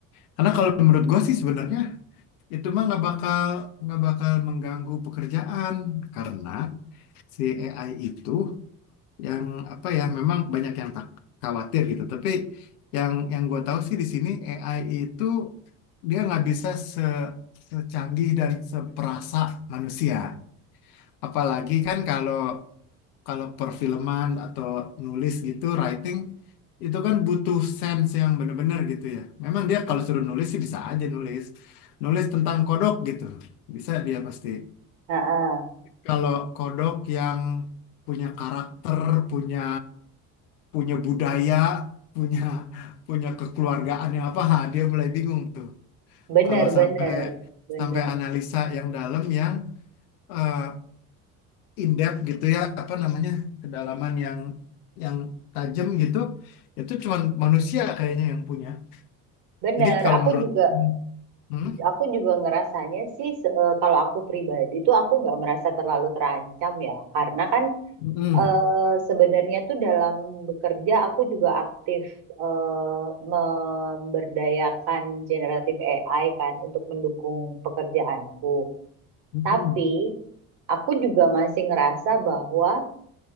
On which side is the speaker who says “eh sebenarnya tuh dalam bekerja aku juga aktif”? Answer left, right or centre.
Right